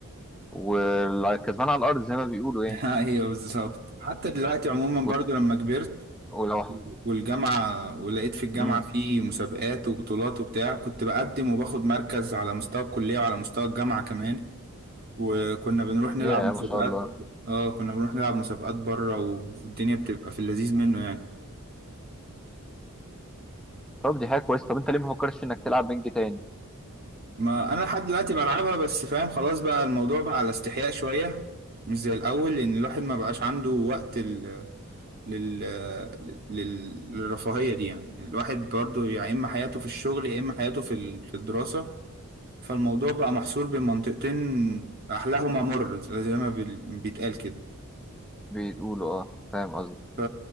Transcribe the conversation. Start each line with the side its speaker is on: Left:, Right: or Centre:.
Centre: والكسبان على الارض زي ما بيقولوا
Right: <laughs>
Centre: يعني
Right: ايوه بالظبط حتى دلوقتي عموما
Centre: وت-
Right: برضو لما كبرت
Centre: ولو
Right: والجامعة ولقيت في الجامعة
Centre: مم.
Right: في مسابقات وبطولات وبتاع كنت بقدم وباخد مركز على مستوى الكلية وعلى مستوى الجامعة كمان وكنا بنروح نلعب
Centre: يا
Right: مسابقات
Centre: ما شاء الله
Right: اه كنا بنروح نلعب مسابقات بره والدنيا بتبقى في اللذيذ منه يعني
Centre: طب دي حاجه كويسه طب انت ليه ما فكرتش انك تلعب بينج تاني
Right: ما انا لحد دلوقتي بلعبها بس فاهم خلاص بقى الموضوع بقى على استحياء شوية مش زي الاول لان الواحد ما بقاش عنده وقت ال... لل... لل... للرفاهية دي يعني الواحد برضو يا يعني اما حياته في الشغل يا اما حياته في ال- في الدراسة فالموضوع بقى محصور بين منطقتين أحلاهما مر زي ما بال- بيتقال كده
Centre: بيقولوا اه فاهم قصدك
Right: ف...